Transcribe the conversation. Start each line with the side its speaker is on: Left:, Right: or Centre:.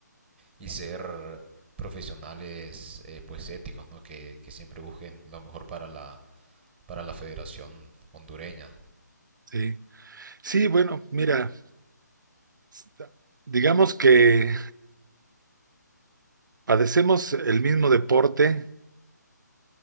Centre: y ser profesionales eh, pues éticos, ¿no? Que, que, siempre busquen lo mejor para la, para la federación hondureña.
Right: Sí, sí, bueno, mira, sta- digamos que padecemos el mismo deporte,